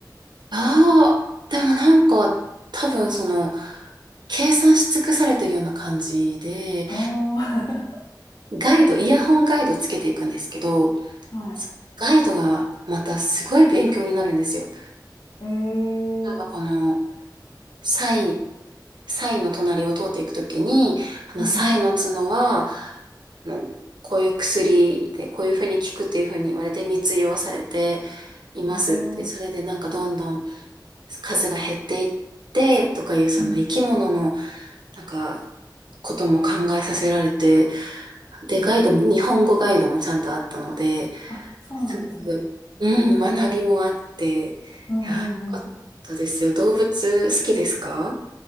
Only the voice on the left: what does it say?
あ
あ、<laughs> はい。
えー、
うん、
ああ
うん。
えー、
あ、そうなんですね。
うんうんうん。